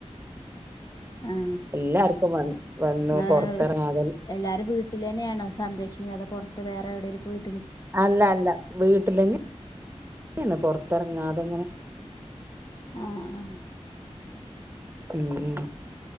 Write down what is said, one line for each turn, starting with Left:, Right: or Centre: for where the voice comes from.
Left: ആഹ
Right: എല്ലാർക്കും വ വന്നു
Left: ന്നാ
Right: പൊറത്തിറങ്ങാതെ
Left: ഒരു സ് എല്ലാരും വീട്ടിൽ തന്നെയാണ്? സ് സംരക്ഷിക്കുന്ന് അത് പൊറത്ത് വേറെ എവിടെലും പോയി
Right: അല്ല അല്ല വീട്ടിലന്നെ അങ്ങനാണ് പൊറത്തെറങ്ങാത്ങ്ങനെ.
Left: ആഹ ആഹ്.
Right: ഉം